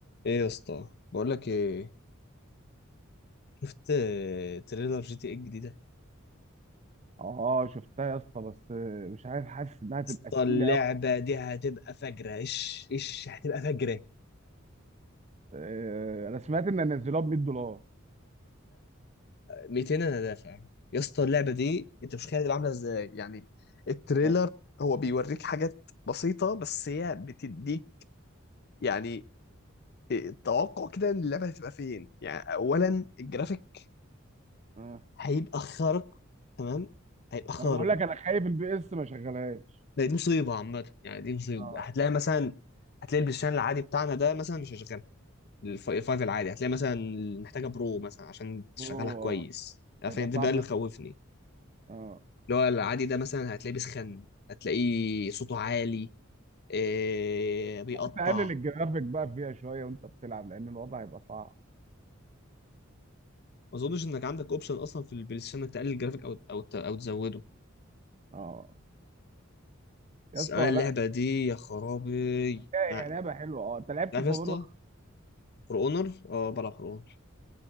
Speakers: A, on the left; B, on the right.
A: ايه يا اسطى بقول لك ايه شفت آه، تريلر جي تي ايه الجديده
B: اه شفتها يا اسطى بس مش عارف حاسس انها تبقى
A: اسطى
B: تقيله
A: اللعبه
B: قوي
A: دي هتبقى فجره ايش ايش هتبقى فجره
B: آه، انا سمعت ان نزلوها ب 100 دولار
A: 200 انا دافع يا اسطى اللعبه دي انت مش متخيل هتبقى عامله ازاي يعني التريلر
B: آه،
A: هو بيوريك حاجات بسيطه بس هي بتديك يعني التوقع كده ان اللعبه هتبقى فين يعني اولا الجرافيك
B: آه.
A: هيبقى خارق تمام هيبقى خارق
B: وانا بقول لك انا خايف البي اس ما شغلهاش
A: ده دي مصيبه عامه يعني دي مصيبه
B: اه
A: هتلاقي مثلا هتلاقي البلاي ستيشن العادي بتاعنا ده مثلا مش هيشغل الفايف العادي هتلاقي مثلا محتاجه برو مثلا عشان تشغلها
B: هو
A: كويس فاهم
B: هيبقى
A: ده
B: صعب
A: بقى اللي
B: أوي.
A: مخوفني
B: اه
A: اللي هو العادي ده مثلا هتلاقيه بيسخن هتلاقيه صوته عالي إيه بيقطع
B: كنت اقلل الجرافيك بقى فيها شويه وانت بتلعب لان الوضع هيبقى صعب
A: ما اظنش انك عندك اوبشن اصلا في البلاي ستيشن انك تقلل الجرافيك او او او تزوده
B: اه
A: بس
B: يا اسطى
A: انا اللعبه
B: لا بس
A: دي يا خرابي
B: هي
A: يعني-
B: لعبه حلوه اه انت لعبت
A: عارف
B: فالونا
A: يا اسطى فور اونر اه بلعب فور اونر